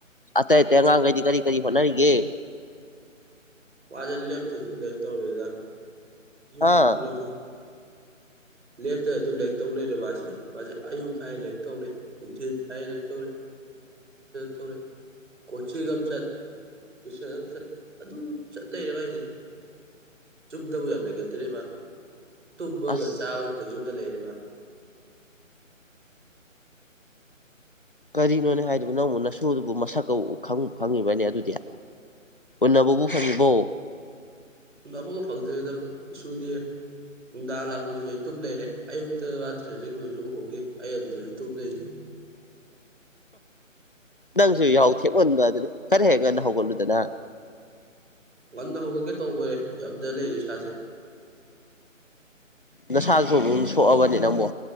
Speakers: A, on the left (about 40°); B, on the right (about 60°).
A: ꯑꯇꯩ ꯑꯇꯩ ꯑꯉꯥꯡꯒꯩꯗꯤ ꯀꯔꯤ ꯀꯔꯤ ꯍꯣꯠꯅꯔꯤꯒꯦ
B: ꯃꯥꯖꯨ ꯂꯦꯞꯇ ꯑꯗꯨꯝ ꯂꯥꯏꯔꯤꯛ ꯇꯧꯔꯝꯃꯣꯏꯗ ꯌꯨꯝ
A: ꯍꯥ
B: ꯃꯤꯅꯖꯨ ꯂꯦꯞꯇ ꯑꯗꯨꯝ ꯂꯥꯏꯔꯤꯛ ꯇꯧ ꯂꯩꯔꯦ ꯃꯥꯁꯦ ꯃꯥꯁꯦ ꯑꯌꯨꯛ ꯍꯥꯏꯔꯦ ꯂꯥꯏꯔꯤꯛ ꯇꯧꯔꯦ ꯅꯨꯡꯊꯤꯟ ꯍꯥꯏꯔꯦ ꯂꯥꯏꯔꯤꯛ ꯇꯧꯔꯦ <unintelligible> ꯀꯣꯆꯤꯡ ꯑꯃ ꯆꯠ ꯇꯨꯏꯁꯟ ꯑꯃꯨꯛ ꯆꯠ ꯑꯗꯨꯝ ꯆꯠ ꯂꯩꯔꯦꯕ ꯃꯥꯏꯁꯤꯗꯤ ꯆꯨꯝꯗꯒ ꯌꯥꯝ ꯂꯩꯒꯗ꯭ꯔꯦꯕ ꯃꯥ ꯇꯨꯝꯕꯒ
A: ꯑꯁ
B: ꯆꯥꯕ ꯈꯤꯇꯪ ꯌꯨꯝꯗ ꯂꯩꯔꯦ ꯃꯥ
A: ꯀꯔꯤꯅꯣꯅꯦ ꯍꯥꯏꯗꯨꯕꯨ ꯅꯪꯕꯨ ꯅꯁꯨꯗꯨꯕꯨ ꯃꯁꯛꯀ ꯈꯪꯕꯨ ꯈꯪꯉꯤꯕ꯭ꯔꯥꯅꯦ ꯑꯗꯨꯗꯤ ꯎꯟꯅꯕꯕꯨ ꯐꯪꯉꯤꯕꯣ
B: ꯎꯅꯕꯒ ꯐꯪꯗ꯭ꯔꯦꯗꯕꯣ ꯏꯁꯨꯗꯤ ꯅꯨꯡꯗꯥꯡ ꯂꯥꯛꯄꯗꯨꯖꯨ ꯑꯩ ꯇꯨꯞ ꯂꯩꯔꯦ ꯑꯌꯨꯛꯇ ꯃꯥ ꯇꯨꯏꯁꯟ ꯆꯠꯈꯤꯕꯗꯨꯁꯨ ꯑꯩ ꯎꯍꯧꯗꯦ ꯑꯩ ꯑꯗꯨꯗꯁꯨ ꯇꯨꯝ ꯂꯩꯔꯤ
A: ꯅꯪꯁꯨ ꯌꯥꯍꯧ ꯊꯦꯛꯃꯟꯕ ꯑꯗꯨꯅꯤ ꯈꯔ ꯍꯦꯛ ꯉꯟꯅ ꯍꯧꯒꯠꯂꯨꯗꯅ
B: ꯉꯟꯅ ꯍꯧꯒꯠꯀꯦ ꯇꯧꯕꯔꯦ ꯉꯝꯗ ꯂꯩꯔꯦ ꯏꯁꯥꯖꯦ
A: ꯅꯁꯥꯗꯨꯁꯨ ꯑꯃꯨꯛ ꯁꯣꯛꯑꯕꯅꯦ ꯅꯪꯕꯣ